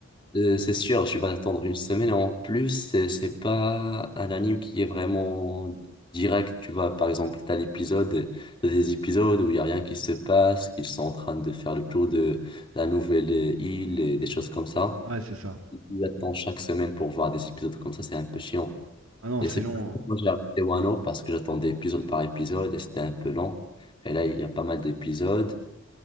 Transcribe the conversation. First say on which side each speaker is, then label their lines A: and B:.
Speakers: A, on the left (about 25°); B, on the right (about 80°).
A: euh, c'est sûr, je vais attendre une semaine. Et en plus, c'est c'est pas un anime qui est vraiment direct. Tu vois, par exemple, t'as l'épisode, t'as des épisodes où il y a rien qui se passe, qu'ils sont en train de faire le tour de la nouvelle île et des choses comme ça.
B: Ouais, c'est ça.
A: tu attends chaque semaine pour voir des épisodes comme ça, c'est un peu chiant.
B: Ah non,
A: Et
B: c'est
A: c'est pour
B: long,
A: ça que
B: hein.
A: moi j'ai arrêté Wano parce que j'attendais épisode par épisode et c'était un peu long. Et là, il y a pas mal d'épisodes.